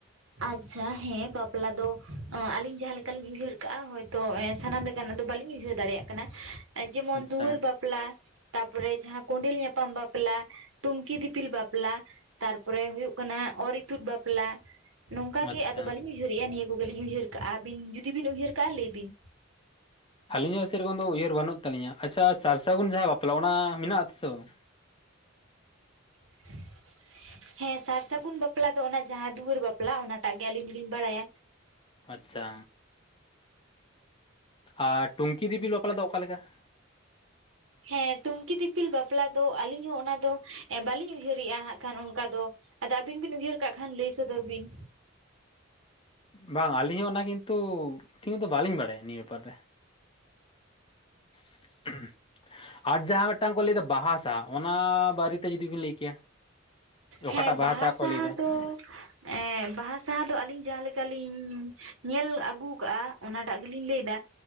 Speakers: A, on the right; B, on the left.
A: ᱟᱪᱪᱷᱟ ᱦᱮᱸ ᱵᱟᱯᱞᱟ ᱫᱚ ᱟᱞᱤᱧ ᱡᱟᱦᱟᱸ ᱞᱮᱠᱟᱞᱤᱧ ᱩᱭᱦᱟᱹᱨ ᱠᱟᱜᱼᱟ ᱦᱚᱭᱛᱚ ᱥᱟᱱᱟᱢ ᱞᱮᱠᱟᱱᱟᱜ ᱫᱚ ᱵᱟᱞᱤᱧ ᱩᱭᱦᱟᱹᱨ ᱫᱟᱲᱮᱭᱟᱜ ᱠᱟᱱᱟ ᱡᱮᱢᱚᱱ
B: ᱟᱪᱪᱷᱟ
A: ᱫᱩᱣᱟᱹᱨ ᱵᱟᱯᱞᱟ, ᱛᱟᱯᱚᱨᱮ ᱡᱟᱦᱟᱸ ᱠᱚᱸᱰᱮᱞ ᱧᱟᱯᱟᱢ ᱵᱟᱯᱞᱟ, ᱴᱩᱝᱠᱤ ᱫᱤᱯᱤᱞ ᱵᱟᱯᱞᱟ ᱛᱟᱨᱯᱚᱨᱮ ᱦᱩᱭᱩᱜ ᱠᱟᱱᱟ ᱚᱨ ᱤᱛᱩᱫ ᱵᱟᱯᱞᱟ᱾ ᱱᱚᱝᱠᱟ ᱜᱮ
B: ᱟᱪᱪᱷᱟ
A: ᱟᱫᱚ ᱵᱟᱞᱤᱧ ᱩᱭᱦᱟᱹᱨᱮᱜ-ᱟ ᱱᱤᱭᱟᱹ ᱠᱚᱜᱮᱞᱤᱧ ᱩᱭᱦᱟᱹᱨ ᱠᱟᱜ-ᱟ ᱟᱹᱵᱤᱱ ᱡᱩᱫᱤ ᱵᱤᱱ ᱩᱭᱦᱟᱹᱨ ᱠᱟᱜ-ᱟ ᱞᱟᱹᱭ ᱵᱤᱱ᱾
B: ᱟᱹᱞᱤᱧ ᱦᱚᱸ ᱥᱮᱨᱚᱠᱚᱢ ᱫᱚ ᱩᱭᱦᱟᱹᱨ ᱵᱟᱹᱱᱩᱜ ᱛᱟᱹᱞᱤᱧᱟ᱾ ᱟᱪᱪᱷᱟ ᱥᱟᱨ ᱥᱟᱹᱜᱩᱱ ᱡᱟᱦᱟᱸ ᱵᱟᱯᱞᱟ ᱚᱱᱟ ᱢᱮᱱᱟᱜ ᱟᱥᱮ ᱵᱟᱝ? <inaudible>
A: <unintelligible> ᱦᱮᱸ ᱥᱟᱨ ᱥᱟᱹᱜᱩᱱ ᱵᱟᱯᱞᱟ ᱫᱚ ᱚᱱᱟ ᱡᱟᱦᱟᱸ ᱫᱩᱣᱟᱹᱨ ᱵᱟᱯᱞᱟ ᱚᱱᱟᱴᱟᱜ ᱜᱮ ᱟᱹᱞᱤᱧ ᱫᱚᱞᱤᱧ ᱵᱟᱲᱟᱭᱟ᱾
B: ᱟᱪᱪᱷᱟ ᱟᱨ ᱴᱩᱝᱠᱤ ᱫᱤᱯᱤᱞ ᱵᱟᱯᱞᱟ ᱫᱚ ᱚᱠᱟᱞᱮᱠᱟ? <inaudible>
A: ᱦᱮᱸ ᱴᱩᱝᱠᱤ ᱫᱤᱯᱤᱞ ᱵᱟᱯᱞᱟ ᱫᱚ ᱟᱹᱞᱤᱧ ᱦᱚᱸ ᱚᱱᱟ ᱫᱚ ᱵᱟᱹᱞᱤᱧ ᱩᱭᱦᱟᱹᱨᱮᱜ-ᱟ ᱦᱟᱸᱜ ᱠᱷᱟᱱ ᱚᱱᱠᱟ ᱫᱚ᱾ ᱟᱫᱚ ᱟᱹᱵᱤᱱ ᱵᱤᱱ ᱩᱭᱦᱟᱹᱨ ᱠᱟᱜ ᱠᱷᱟᱱ ᱞᱟᱹᱭ ᱥᱚᱫᱚᱨ ᱵᱤᱱ᱾
B: ᱵᱟᱝ ᱟᱹᱞᱤᱧ ᱦᱚᱸ ᱚᱱᱟ ᱠᱤᱱᱛᱩ ᱴᱷᱤᱠ ᱫᱚ ᱵᱟᱹᱞᱤᱧ ᱵᱟᱲᱟᱭᱟ ᱱᱤᱭᱟᱹ ᱯᱮᱯᱟᱨ ᱛᱮ᱾ <unintelligible> ᱟᱨ ᱡᱟᱦᱟᱸ ᱢᱤᱫᱴᱟᱝ ᱠᱚ ᱞᱟᱹᱭᱫᱟ ᱵᱟᱦᱟ ᱥᱟᱣᱦᱟ ᱚᱱᱟ ᱵᱟᱨᱮᱛᱮ ᱡᱩᱫᱤ ᱵᱤᱱ ᱞᱟᱹᱭ ᱠᱮᱭᱟ? ᱚᱠᱟᱴᱟᱜ
A: ᱦᱮᱸ ᱵᱟᱦᱟ
B: ᱥᱟᱦᱟ ᱠᱚ
A: ᱥᱟᱸᱣᱦᱟ
B: ᱞᱟᱹᱭᱫᱟ
A: ᱫᱚ ᱮᱸ ᱵᱟᱦᱟ ᱥᱟᱸᱣᱦᱟ ᱫᱚ ᱟᱹᱞᱤᱧ ᱡᱟᱦᱟᱸ ᱞᱮᱠᱟᱞᱤᱧ ᱧᱮᱞ ᱟᱹᱜᱩ ᱟᱠᱟᱜ-ᱟ ᱚᱱᱟᱴᱟᱜ ᱜᱮᱞᱤᱧ ᱞᱟᱹᱭ ᱮᱫᱟ